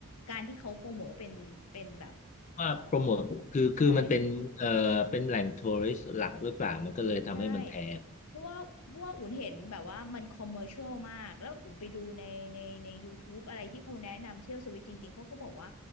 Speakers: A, on the left; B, on the left.
A: การที่เขาโปรโมทว่าเป็นเป็นแบบ
B: ว่าโปรโมทคือคือมันเป็นเอ่อเป็นแหล่งทัวริสต์หลักหรือเปล่ามันก็เลยทำให้มันแพง
A: เออ ใช่ ใช่เพราะว่าเพราะว่าอุ่นเห็นแบบว่ามันคอมเมอร์ช l ลมาก แล้วอุ่นไปดูในในใน YouTube อะไรที่เขาแนะนำเที่ยวสวิตจริงๆ เขาก็บอกว่า